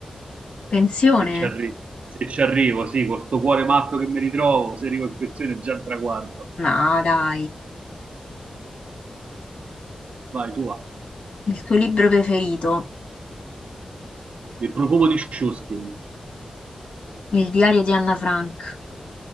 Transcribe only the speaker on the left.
Pensione?
No, dai.
Il tuo libro preferito?
Il diario di Anna Frank.